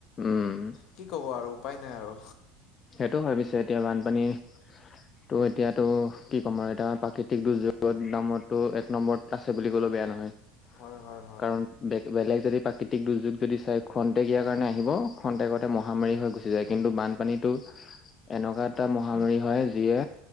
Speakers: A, on the left; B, on the left.
A: উম।
B: কি ক'ব আৰু উপায় নাই আৰু
A: সেইটো হয়, পিছে এতিয়া বানপানী টো, এতিয়াতো কি ক'ম, আৰু এতিয়া প্ৰাকৃতিক দুৰ্যোগত <unintelligible> এক নম্বৰত আছে বুলি ক'লেয়ো বেয়া নহয়।
B: হয় হয় হয়
A: কাৰণ বে-বেলেগ যদি প্ৰাকৃতিক দুৰ্যোগ যদি চাই খন্তেকিয়া দিয়াৰ কাৰণে আহিব। খন্তেকতে
B: হয়
A: মহামাৰী
B: হয়
A: হৈ গুচি যায়, কিন্তু বানপানীত টো, এনেকুৱা এটা মহামাৰী হয়, যিয়ে